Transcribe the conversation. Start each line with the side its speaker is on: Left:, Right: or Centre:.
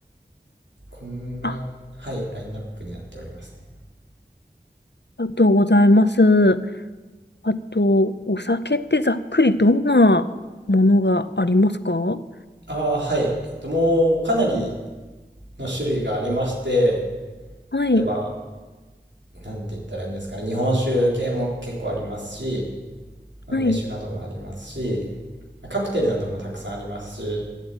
Right: こんな、
Left: あ、あ
Right: はい、ラインナップになっておりますね。
Left: りがとうございます。あと、お酒ってざっくりどんなものがありますかは
Right: ああ、はい。えっと、もうかなりの種類がありまして、
Left: い、
Right: 例えば、なんて言ったらいいんですかね、日本酒系も結構ありますし、まあ梅酒などもありますし、
Left: はい、
Right: まあカクテルなどもたくさんありますし、あ